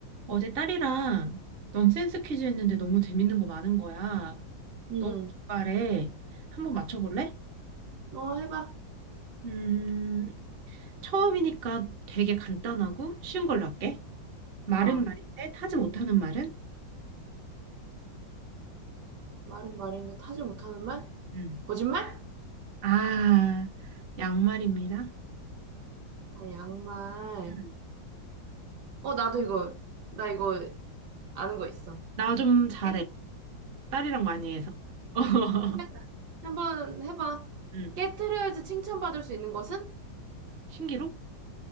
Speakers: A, on the right (about 45°); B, on the right (about 65°).
A: 어제 딸이랑 넌센스 퀴즈 했는데 너무 재밌는 거 많은 거야.
B: 음,
A: 너무 기발해. 한번 맞춰볼래?
B: 어, 해봐.
A: 음, 처음이니까 되게 간단하고 쉬운 걸로 할게. 말은
B: 어,
A: 말인데 타지 못하는 말은?
B: 말은 말인데 타지 못하는 말?
A: 음.
B: 거짓말?
A: 아, 양말입니다.
B: 아, 양말.
A: 음.
B: 어, 나도 이거, 나 이거 아는 거 있어.
A: 나 좀 잘해.
B: 깨-
A: 딸이랑 많이 해서. <laughs>
B: 그래? 한번 해봐.
A: 음.
B: 깨트려야지 칭찬받을 수 있는 것은?
A: 신기록?